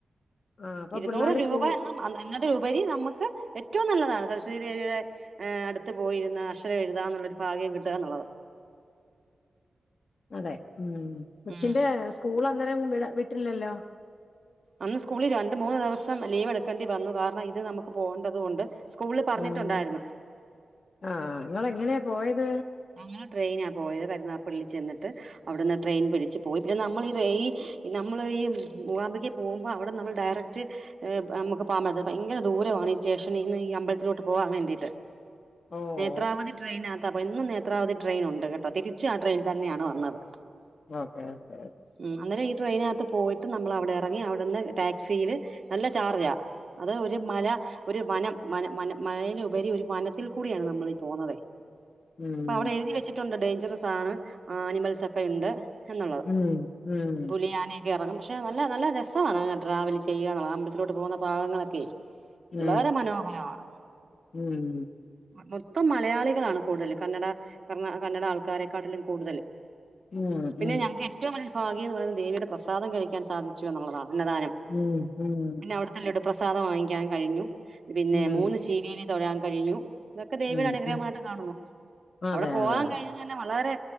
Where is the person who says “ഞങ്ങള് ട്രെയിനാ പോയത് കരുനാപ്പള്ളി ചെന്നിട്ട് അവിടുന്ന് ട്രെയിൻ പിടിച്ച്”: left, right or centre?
Right